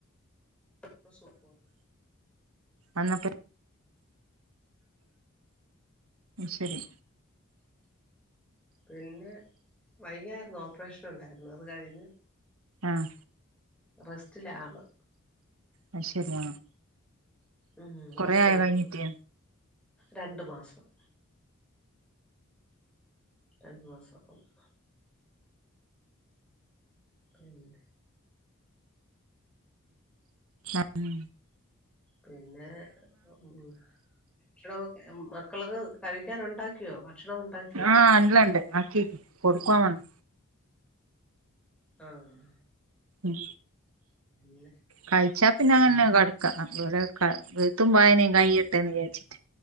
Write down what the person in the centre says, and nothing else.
<unintelligible>
പിന്നെ വയ്യായിരുന്നു ഓപ്പറേഷനുണ്ടായിരുന്നു അത് കഴിഞ്ഞ്
റെസ്റ്റിലാള്
ഉം
റെസ്റ്റ്
എടുക്കുവ
രണ്ടു മാസം രണ്ടുന്നോസം അഹ് മ്മ പ്പ്ണ്ട്
പിന്നെ ഉം ഉം അ ക്ഷണോ മക്കൾക്ക് കഴിക്കാൻ ഉണ്ടാക്കിയോ ഭക്ഷണം കൊണ്ടയി
ആഹ്
പിന്നെ